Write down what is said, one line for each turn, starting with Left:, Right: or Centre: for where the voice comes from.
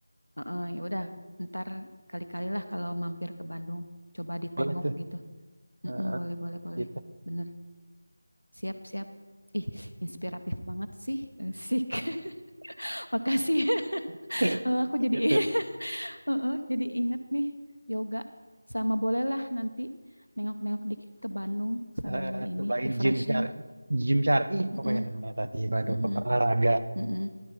Left: Heeh, ya udah, ntar kali-kali lah kalau mampir ke Bandung, coba ditengok
Right: Boleh tuh,
Left: gitu. Mm-mm,
Right: Heeh,
Left: boleh, boleh, boleh.
Right: gitu.
Left: Bener, siap, siap. Ih, inspiratif banget sih, Eh, sik. <laughs> Makasih, <laughs>
Right: <laughs>
Left: Eh, aku jadi
Right: Gitu.
Left: <laughs> Heeh, jadi inget nih yoga sama bolehlah nanti nengok-nengok dikit ke Bandung sambil
Right: eh
Left: ini
Right: Dubai
Left: refreshing.
Right: Gym Syari, Gym Syari
Left: Mm-mm,
Right: pokoknya namanya tadi Bandung
Left: mm-mm,
Right: olahraga.
Left: mm-mm.